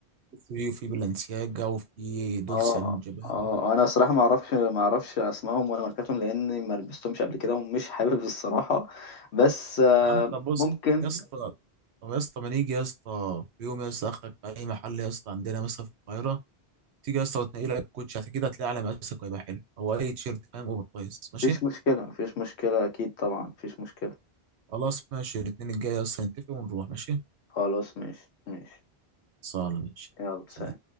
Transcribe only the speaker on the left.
اه
اه انا صراحه ما اعرفش ما اعرفش اسمائهم ولا ماركاتهم لاني ما لبستهمش قبل كده ومش حابب الصراحه بس آه،
ممكن
مفيش مشكله مفيش مشكله اكيد طبعا مفيش مشكله
خلاص ماشي ماشي
يلا سلام